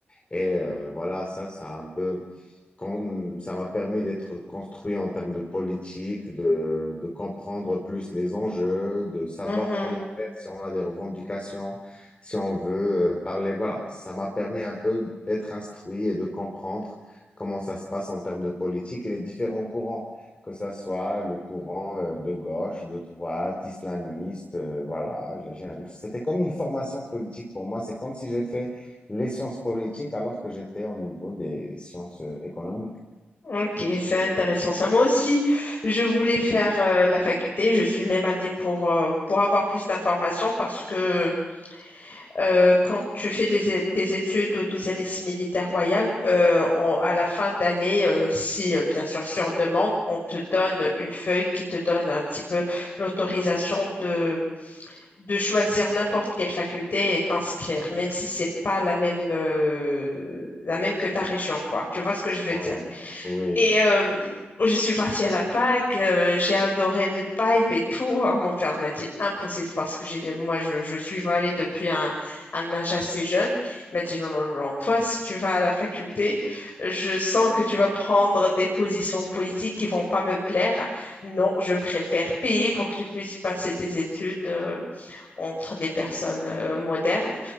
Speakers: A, on the left; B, on the left.
A: et euh, voilà, ça, ça a un peu quand- ça m'a permis d'être construit en termes de politique, de, de comprendre plus les enjeux, de savoir
B: Mhm.
A: comment faire si on a des revendications, si on veut euh, parler. Voilà, ça m'a permis un peu d'être instruit et de comprendre comment ça se passe en termes de politique et les différents courants, que ça soit le courant euh, de gauche, de droite, islamiste. euh, voilà, J'ai- j'ai- c'était comme une formation politique pour moi. C'est comme si j'ai fait les sciences politiques alors que j'étais au niveau des sciences euh, économiques.
B: Ok, c'est intéressant ça. Moi aussi, je voulais faire euh, la faculté. Je suis même allée pour, euh, pour avoir plus d'informations parce que euh, quand tu fais des, é- des études au deuxième lycée militaire royal, euh, on- à la fin d'année, euh, si euh, bien sûr sur demande, on te donne une feuille qui te donne un petit peu l'autorisation de, de choisir n'importe quelle faculté et t'inscrire, même si c'est pas la même, euh, la même que ta région, quoi. Tu vois ce que je veux
A: Oui,
B: dire?
A: oui,
B: Et euh, je suis partie à la fac, euh, j'ai adoré le vibe et tout. Ah, mon père m'a dit impossible parce que j'ai, moi, je, je suis allée depuis un, un âge assez jeune. Il m'a dit non, non, non, toi, si tu vas à la faculté, je sens que tu vas prendre des positions politiques qui vont pas me plaire. Non, je préfère payer pour que tu puisses passer tes études euh, entre des personnes euh, modernes.